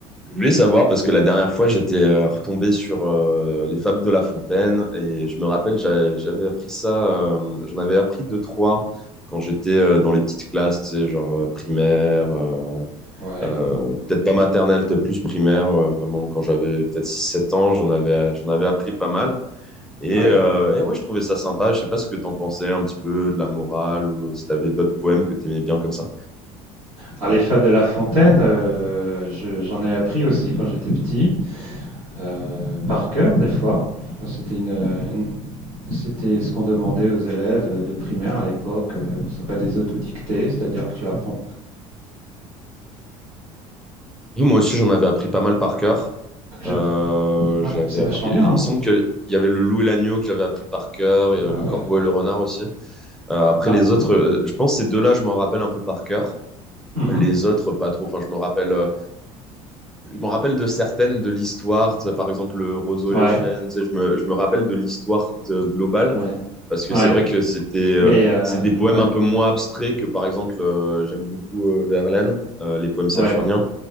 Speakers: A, in the centre; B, on the right.
A: Je voulais savoir parce que la dernière fois j'étais euh, retombé sur euh, les fables de La Fontaine et je me rappelle j'a- j'avais appris ça euh, j'en avais appris deux trois quand j'étais euh, dans les petites classes tu sais, genre euh, primaire euh,
B: Ouais,
A: euh, peut-être pas maternelle peut-être plus primaire euh, vraiment quand j'avais peut-être six sept ans j'en avais j'en avais appris pas mal et,
B: ouais.
A: euh, et ouais je trouvais ça sympa je sais pas ce que t'en pensais un petit peu de la morale ou si t'avais d'autres poèmes que t'aimais bien comme ça.
B: Alors les fables de La Fontaine, euh, je- j'en ai appris aussi quand j'étais petit, euh, par cœur des fois. Enfin, C'était une, une- c'était ce qu'on demandait aux élèves de primaire à l'époque. euh, on s'appelle des autodictées, c'est-à-dire que tu apprends.
A: Oui, Moi aussi j'en avais appris pas mal par cœur
B: Je-
A: Euh,
B: Ouais,
A: j'avais
B: c'est
A: appris.
B: vachement bien,
A: Il
B: hein.
A: me semble que il y avait le loup et l'agneau que j'avais appris par cœur, et, euh,
B: Ouais.
A: le corbeau et le renard aussi. Euh, après
B: Bah,
A: les autres,
B: ou-
A: euh, je pense ces deux-là, je m'en rappelle un peu par cœur.
B: mhm.
A: Les autres, pas trop. Enfin, je me rappelle, euh, je me rappelle de certaines de l'histoire. tu sais, Par exemple, le roseau
B: Ouais,
A: et les chênes. tu sais, Je me, je me rappelle de l'histoire de- globale
B: ouais,
A: parce que
B: ouais.
A: c'est vrai que c'était, euh,
B: Mais euh,
A: c'est des poèmes
B: ouais,
A: un peu moins abstraits que, par exemple, euh, j'aime beaucoup euh, Verlaine, euh, les poèmes saturniens.
B: ouais,